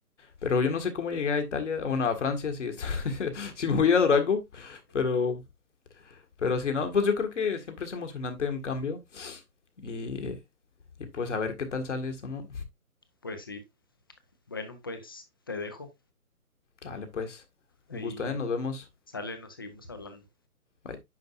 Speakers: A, on the left (about 50°); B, on the left (about 15°).
A: pero yo no sé cómo llegué a Italia, bueno, a Francia, sí, <laughs> si me voy a ir a Durango, pero, pero si no, pues yo creo que siempre es emocionante un cambio y, y pues a ver qué tal sale esto, ¿no?
B: Pues sí. Bueno, pues te dejo.
A: Sale pues,
B: Ahí
A: un gusto, ¿eh? Nos vemos.
B: sale, nos seguimos hablando.
A: Bye.